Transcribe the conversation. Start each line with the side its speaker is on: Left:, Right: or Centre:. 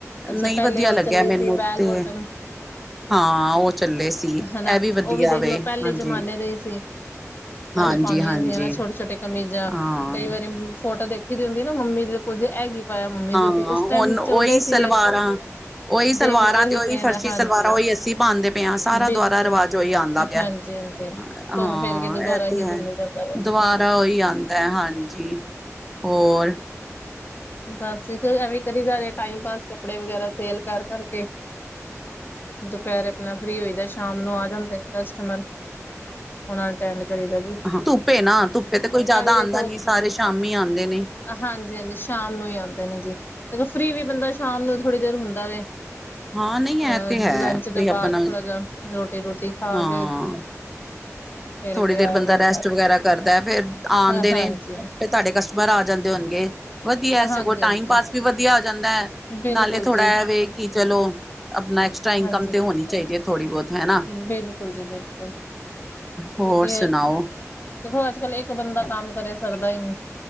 Left: ਅੱਛਾ।
Centre: ਨਹੀਂ
Left: ਪਹਿਲੇ
Centre: ਵਧੀਆ
Left: ਉਹ
Centre: ਲੱਗਿਆ
Left: ਚੱਲੀ
Centre: ਮੈਨੂੰ
Left: ਸੀ ਵੈਲਵੋਟਮ।
Centre: ਤੇ ਹਾਂ ਉਹ ਚੱਲੇ ਸੀ
Left: ਹਨਾ।
Centre: ਇਹ ਵਧੀਆ
Left: ਉਹ ਵੀ ਦੇਖਲੋ
Centre: ਵੇ
Left: ਪਹਿਲੇ
Centre: ਹਾਂਜੀ
Left: ਜ਼ਮਾਨੇ ਦਾ ਹੀ ਸੀ। ਪਹਿਲੇ
Centre: ਹਾਂਜੀ
Left: ਪਾਉਂਦੀਆਂ
Centre: ਹਾਂਜੀ
Left: ਸੀ ਨਾ ਛੋਟੇ - ਛੋਟੇ ਕਮੀਜ਼ਾਂ
Centre: ਹਾਂ,
Left: ਕਈ ਵਾਰੀ ਫੋਟੋ ਦੇਖ। ਅੱਖੀਰੀ ਹੁੰਦੀ ਨਾ। ਮੰਮੀ ਤੇ ਪੁੱਜੇ ਹੈ ਹੀ ਪਾਇਆ ਮੰਮੀ ਤੁਸੀਂ।
Centre: ਹਾਂ
Left: ਉਸ ਟਾਈਮ
Centre: ਹੁਣ ਓਹੀ
Left: ਚੱਲਦੇ
Centre: ਸਲਵਾਰਾਂ।
Left: ਸੀਗੇ
Centre: ਉਹੀ ਸਲਵਾਰਾਂ
Left: ਦੇਖਲੋ
Centre: ਤੇ ਉਹੀ
Left: ਟ੍ਰੇਡ
Centre: ਫਰਸ਼ੀ
Left: ਹਾਂਜੀ
Centre: ਸਲਵਾਰਾਂ ਉਹੀ ਅੱਸੀ ਪਾਉਂਦੇ ਪਏ ਹਾਂ। ਸਾਰਾ
Left: ਬਿਲਕੁਲ
Centre: ਦੁਬਾਰਾ ਰਿਵਾਜ਼ ਉਹੀ ਆਉਂਦਾ ਪਿਆ।
Left: ਹਾਂਜੀ ਹਾਂਜੀ
Centre: ਹਾਂ
Left: ਘੁੰਮ ਫਿਰ ਕੇ ਦੁਬਾਰਾ
Centre: ਇਹ ਤੇ
Left: ਹੀ
Centre: ਹੈ
Left: ਘੁੰਮੀ ਜਾਂਦਾ ਵਾ
Centre: ਦੋਬਾਰਾ। ਬੜਾ ਉਹੀ ਆਉਂਦਾ ਹੈ। ਹਾਂਜੀ ਹੋਰ।
Left: ਬਸ ਐਵੇਂ ਕਰੀ ਜਾਰਹੇ ਦਾ। ਟਾਈਮ ਪਾਸ ਕੱਪੜੇ ਵਗੈਰਾ ਸੇਲ ਕਰ ਕਰਕੇ। ਦੁਪਹਿਰ ਆਪਣਾ ਫ੍ਰਰੀ ਹੋਈ ਦਾ। ਸ਼ਾਮ ਨੂੰ ਆ ਜਾਂਦੇ ਨੇ ਕਸਟਮਰ ਉਹਨਾਂ ਅਟੈਂਡ ਕਰੀ ਦਾ।
Centre: ਧੁੱਪੇ ਨਾ ਧੁੱਪੇ ਤੇ ਕੋਈ ਜ਼ਿਆਦਾ
Left: ਦੇਖੋ
Centre: ਆਉਂਦਾ ਨੀ। ਸਾਰੇ ਸ਼ਾਮੀ ਆਉਂਦੇ ਨੇ।
Left: ਹਾਂਜੀ ਹਾਂਜੀ ਸ਼ਾਮ ਨੂੰ ਹੀ ਆਉਂਦੇ ਨੇ ਜੀ। ਤੇ ਫ੍ਰਰੀ ਵੀ ਬੰਦਾ ਸ਼ਾਮ ਨੂੰ ਥੋੜ੍ਹੀ ਦੇਰ ਹੁੰਦਾ ਵੇ।
Centre: ਹਾਂ ਨਹੀਂ
Left: ਅਹ
Centre: ਇਹ ਤੇ ਹੈ।
Left: ਲੰਚ ਦੇ
Centre: ਬਈ ਆਪਾਂ
Left: ਬਾਅਦ
Centre: ਨਾਲ
Left: ਥੋੜਾ ਜਿਹਾ ਰੋਟੀ ਰੋਟੀ ਖਾ
Centre: ਹਾਂ।
Left: ਕੇ ਫੇਰ
Centre: ਥੋੜ੍ਹੀ
Left: ਹੀ ਕੋਈ
Centre: ਦੇਰ
Left: ਆਇਆ
Centre: ਬੰਦਾ
Left: ਗਿਆ
Centre: ਰੈਸਟ
Left: ਹੁੰਦਾ
Centre: ਵਗੈਰਾ ਕਰਦਾ ਫੇਿਰ ਆਉਂਦੇ
Left: ਹਾਂ
Centre: ਨੇ।
Left: ਹਾਂਜੀ
Centre: ਫਿਰ ਤੁਹਾਡੇ ਕਸਟਮਰ ਆ ਜਾਂਦੇ ਹੋਣਗੇ। ਵਧੀਆ ਸਗੋਂ
Left: ਹਾਂਜੀ
Centre: ਟਾਈਮ
Left: ਹਾਂਜੀ
Centre: ਪਾਸ ਵੀ ਵਧੀਆ ਹੋ ਜਾਂਦਾ ਹੈ।
Left: ਬਿਲਕੁਲ
Centre: ਨਾਲੇ ਥੋੜਾ
Left: ਜੀ
Centre: ਇਹਵੇ ਕਿ ਚਲੋ। ਆਪਣਾ ਐਕਸਟਰਾ ਇਨਕਮ
Left: ਹਾਂਜੀ
Centre: ਤੇ ਹੋਣੀ ਚਾਹੀਦੀ ਹੈ। ਥੋੜ੍ਹੀ ਬਹੁਤ ਹਨਾ।
Left: ਬਿਲਕੁਲ ਜੀ ਬਿਲਕੁਲ
Centre: ਹੋਰ
Left: ਕਿਉਂਕਿ
Centre: ਸੁਣਾਓ
Left: ਦੇਖੋ ਅੱਜ- ਕੱਲ ਇੱਕ ਬੰਦਾ ਕੰਮ ਕਰੇ ਸਰਦਾ ਹੀ ਨਹੀਂ।